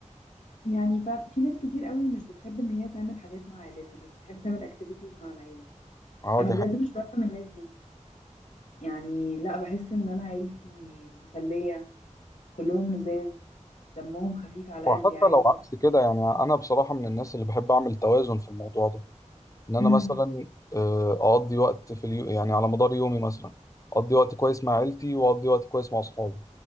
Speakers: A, on the left (about 75°); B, on the left (about 25°).
A: يعني ف- في ناس كتير قوي مش بتحب ان هي تعمل حاجات مع عيلتها مش بتحب تعمل اكتيفيتيز مع العيله
B: اه
A: انا
B: دي
A: بجد
B: حاجة
A: مش بفهم الناس دي يعني لا بحس ان انا عيلتي مسليه كلهم لذاذ دمهم خفيف على
B: وحتى
A: قلبي عادي
B: لو عكس كده يعني انا بصراحة من الناس اللي بحب اعمل توازن في الموضوع ده ان انا
A: امم
B: مثلا آه، اقضي وقت في اليو... يعني على مدار يومي مثلا اقضي وقت كويس مع عيلتي واقضي وقت كويس مع اصحابي